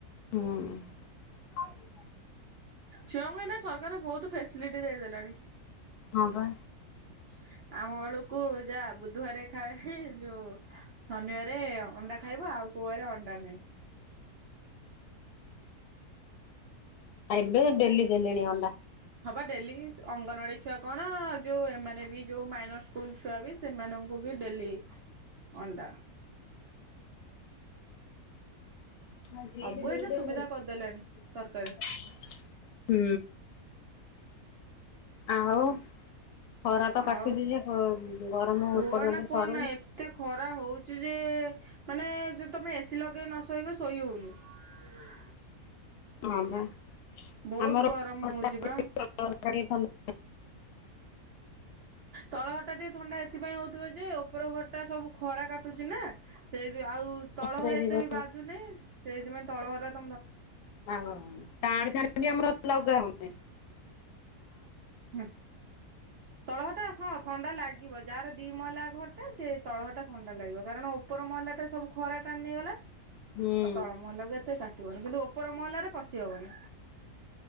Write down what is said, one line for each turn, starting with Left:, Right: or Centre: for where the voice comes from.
Left: ହୁଁ।
Right: ଛୁଆଙ୍କୁ ଏଇନା ସରକାର ବହୁତ ଫେସିଲିଟି ଦେଇ ଦେଲାଣି।
Left: ହଁ ବା।
Right: <inaudible> ଆମ ବେଳୁକୁ ଯା ବୁଧବାର ଖାଇ ଯୋଉ ଶନିବାରେ ଅଣ୍ଡା ଖାଇବ ଆଉ। କୋଉ ବାରେ ଅଣ୍ଡା ନାଇ।
Left: ଏବେ ଡେଲି ଦେଲେଣି ଆଣ୍ଡା।
Right: ହବା ଡେଲି ଅଙ୍ଗନବାଡି ଛୁଆ କଣ ଯୋଉ ଏମାନେ ବି ଯୋଉ ମାଇନସ ସ୍କୁଲ ଛୁଆ ବି ସେମାନଙ୍କୁ ବି ଡେଲି ଅଣ୍ଡା।
Left: <inaudible>
Right: ସବୁ ଏଇନା ସୁବିଧା କରିଦେଲାଣି ସରକାର
Left: ହୁଁ। ଆଉ ଖରା ତ କାଟୁଚିଯେ
Right: ଆଉ
Left: ଗରମ
Right: କୁହ
Left: ଏ ପର୍ଯ୍ୟନ୍ତ
Right: ନା କୁହ
Left: ସରୁନି।
Right: ନା ଏତେ ଖରା ହଉଛି ଯେ ମାନେ ଯ ତମେ ଏସି ଲଗେଇ ନସୋଇବ ଶୋଇ ହଉନି। <unintelligible>
Left: ହଁ ବା
Right: ବହୁତ
Left: ଆମର
Right: ଗରମ
Left: ଗ
Right: ହଉଛି ବା
Left: <inaudible>
Right: ତଳଘର ଟା ଟିକେ ଥଣ୍ଡା ଏଥିପାଇଁ ହଉଥିବ ଯେ ଉପର ଘର ଟା ସବୁ ଖରା କାଟୁଛି ନା। ସେଇଥି ଆଉ ତଳହରା
Left: ସେଇଥିପାଇଁ
Right: ଏତେ ବି ବାଜୁନି ସେଇଥିପାଇଁ ତଳଘର <inaudible>
Left: ଟାଣ ଫ୍ୟାନ ବି ଆମର ଲଗାହୋଉଛି।
Right: ହୁଁ। ତଳଘର ଟା ହଁ ଥଣ୍ଡା ଲାଗିବ। ଯାହାର ଦି ମଇଲା ଘଟା ସେ ତଳଘରଟା ଥଣ୍ଡା ଲାଗିବ କାରଣ ଉପର ମଇଲା ଟା ସବୁ ଖରା ଟାଣି ନେଇଗଲା।
Left: ହୁଁ
Right: ଆଉ ତଳ ମହଲାକୁ ଏତେ କାଟିବନି କିନ୍ତୁ ଉପର ମହଲାରେ ପଶି ହବନି